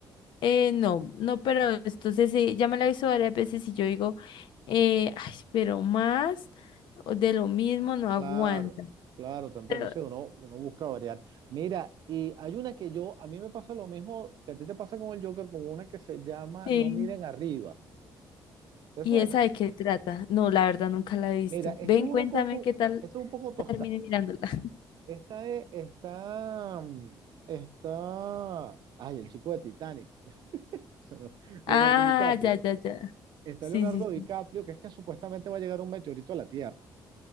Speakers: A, on the left; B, on the right.
A: Eh, no, no, pero entonces eh, ya me la hizo varias veces y yo digo, eh, ay, pero más o de lo mismo no aguanta.
B: Claro, claro, te entiendo,
A: Pero,
B: sí, uno, uno busca variar. Mira, y hay una que yo, a mí me pasa lo mismo que a ti te pasa con el Joker, con una que se llama
A: sí.
B: No miren arriba. ¿Te
A: ¿Y
B: suena?
A: esa de qué trata? No, la verdad nunca la he visto.
B: Mira, esto
A: Ven,
B: es
A: cuéntame
B: una cosa,
A: qué tal
B: esto es un poco tostada.
A: termine mirándola. <laughs>
B: Esta es, está, mm, está, ay, el chico de Titanic, <laughs> se me- Leonardo
A: Ah,
B: DiCaprio.
A: ya, ya, ya.
B: Está Leonardo
A: Sí, sí,
B: DiCaprio,
A: sí.
B: que es que supuestamente va a llegar un meteorito a la Tierra.